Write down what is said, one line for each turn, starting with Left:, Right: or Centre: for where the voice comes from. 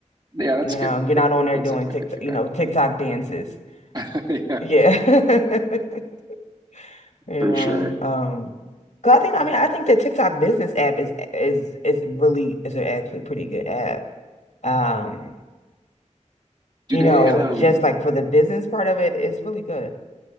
Right: Yeah, that's
Left: You
Right: a good
Left: know, you're
Right: that
Left: not on there
Right: that's
Left: doing
Right: definitely
Left: TikTok,
Right: good feedback.
Left: you know, TikTok dances.
Right: <laughs> Yeah,
Left: Yeah. <laughs> You
Right: for
Left: know,
Right: sure.
Left: um 'cause I think I mean I think the TikTok business app is is is really is a actually pretty good app. Um,
Right: Do
Left: you
Right: they
Left: know,
Right: um?
Left: just like for the business part of it, it's really good.